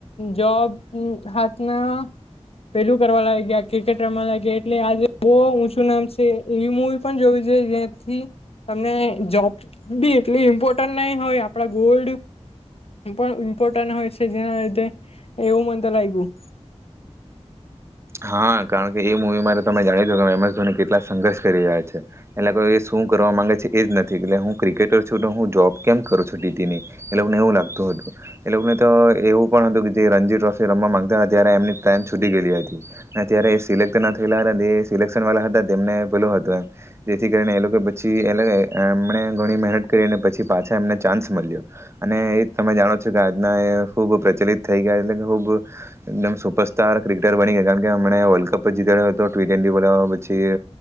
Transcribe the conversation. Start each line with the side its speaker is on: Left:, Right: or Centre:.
Left: જોબ હાથના પેલું કરવા લાયગા ક્રિકેટ રમવા લાગ એટલે આજે ઊંચું નામ છે એવી મુવી પણ જોવી જોય તી તમને જોબ બી એટલી ઇમ્પોર્ટન્ટ નહી હોય આપડા ગોલ્ડ પણ ઇમ્પોર્ટન્ટ હોય છે જેના લીધે એવું મન તો લાગ્યું.
Right: હા કારણ કે એ મૂવીમાંરે તમે જાણી દો કે એમએસ ધોની કેટલા સંઘર્ષ કરી રહ્યા છે એટલે એ શું કરવા મામાંગે છે એ જ નથી એટલે હું ક્રિકેટર છું તો હું જોબ કેમ કરું છું ટીટીની એટ લોકોને એવું લાગતું હતું એ લોકોને તો એવું પણ હતું કે જે રણજી ટ્રોફી રમવા માંગતા હતા ત્યારે એમની ટ્રેન છૂટી ગયેલી હતી. ત્યારે એ સિલેક્ટ ના થયેલા હતા. જે સિલેક્શન વાલા હતા એને પેલો હતો એમ જેથી કરીને એ લોકો પછી એમને ઘણી મહેનત કરી પછી પાછા એમને ચાન્સ મળ્યો અને એ તમે જાણો છો કે આજના એ ખૂબ પ્રચલિત થઈ ગયા એટલે ખુબમ સુપરસ્ટાર ક્રિકેટર બની ગયા. એમણે વલ્ડ કપ જીતાડ્યો હતો ટી ટવે પછી